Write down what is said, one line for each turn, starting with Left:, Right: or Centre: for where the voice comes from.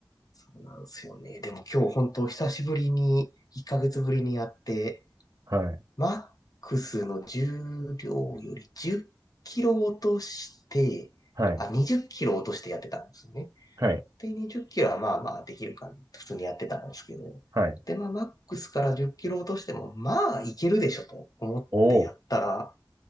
Left: そうなんですよね。でも今日本当久しぶりに、1ヶ月ぶりにやって、
Right: はい。
Left: マックスの重量より10キロ落として、
Right: はい。
Left: あ、20キロ落としてやってたんですね。
Right: はい。
Left: で、20キロはまあまあできるかな。普通にやってたんですけど。
Right: はい。
Left: で、まあ、マックスから10キロ落としても、まあ、いけるでしょと思ってやったら、
Right: おお。